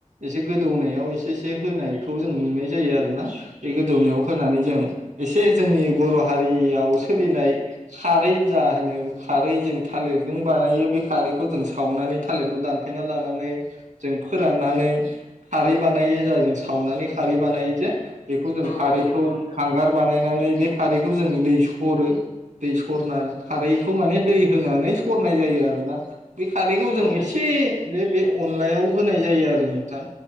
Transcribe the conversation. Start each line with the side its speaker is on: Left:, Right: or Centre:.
Right: एसे गोदौनायाव एसे एसे होनायखौ जों नुनाय जायो आरोना बे गोदौनायाव होनानै जों एसे जोंनि बर' हारियाव सोलिनाय सारै जा जा होनो खारै जों थालिरजों बानायो बे खारै खौ जों सावनानै थालिरखौ दानफायना लानानै फोराननानै खारै बानायो जों सावनानै खारै बानायो जे बेखौ जों
Left: औ
Right: खारैखौ
Left: औ नंगौ नोंथां
Right: हांगार बानायनानै बे खारैखौ जों दै स रो दै स सरना खारैखौ
Left: औ
Right: माने दै होनानै सरनाय जायो आरोना बे खारैखौ जों
Left: औ
Right: इसे बे बे अनलायाव होनाय जायो आरो नोंथां